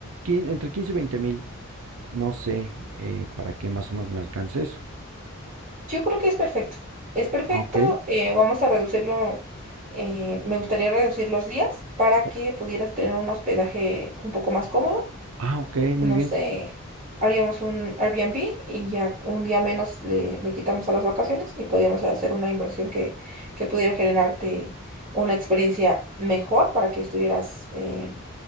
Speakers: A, on the right; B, on the right.
A: entre 15 y 20 mil, no sé, eh, para que más o menos me alcance eso.
B: Yo creo que es perfecto, es perfecto,
A: Ah, ok.
B: eh, vamos a reducirlo, eh, me gustaría reducir los días para
A: O-
B: que pudieras tener un hospedaje un poco más cómodo
A: ah, ok,
B: no
A: muy bien.
B: sé, haríamos un Airbnb y ya un día menos le, le quitamos a las vacaciones y podíamos hacer una inversión que, que pudiera generarte una experiencia mejor para que estuvieras eh,